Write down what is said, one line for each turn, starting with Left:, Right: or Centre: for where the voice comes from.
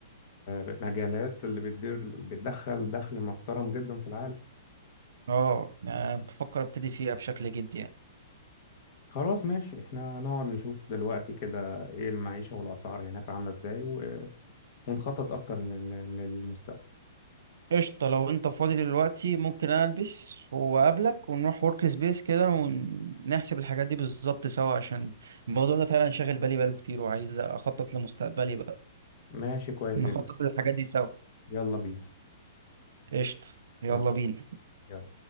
Left: المجالات اللي بتدير بتدخل دخل محترم جدا في العالم
Right: اه أه بفكر ابتدي فيها بشكل جدي يعني
Left: خلاص ماشي احنا نقعد نشوف دلوقتي كده ايه المعيشة والأسعار هناك عاملة ازاي و... ونخطط أكتر لل... للمستقبل
Right: قشطة لو انت فاضي دلوقتي ممكن انا البس واقابلك ونروح ورك سبيس كده ونحسب الحاجات دي بالظبط سوا عشان الموضوع ده فعلا شاغل بالي بقاله كتير وعايز اخطط لمستقبلي بقى
Left: ماشي كويس
Right: نخطط
Left: جدا
Right: للحاجات دي سوا
Left: يلا بينا
Right: قشطة يلا
Left: يلا
Right: بينا
Left: يلا